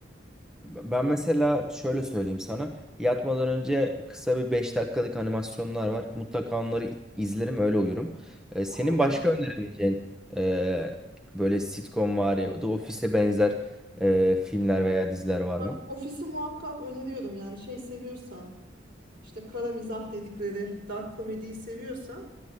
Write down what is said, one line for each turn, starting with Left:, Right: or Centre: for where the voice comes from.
Centre: Ben mesela şöyle söyleyeyim sana. Yatmadan önce kısa bir 5 dakikalık animasyonlar var. Mutlaka onları izlerim, öyle uyurum. Ee,
Right: Valla.
Centre: senin başka önerebileceğin e, böyle sitcom var ya, The Office'e benzer e, filmler veya diziler var
Right: bak
Centre: mı?
Right: ofisi muhakkak öneriyorum yani şey seviyorsan işte kara mizah dedikleri dark komediyi seviyorsan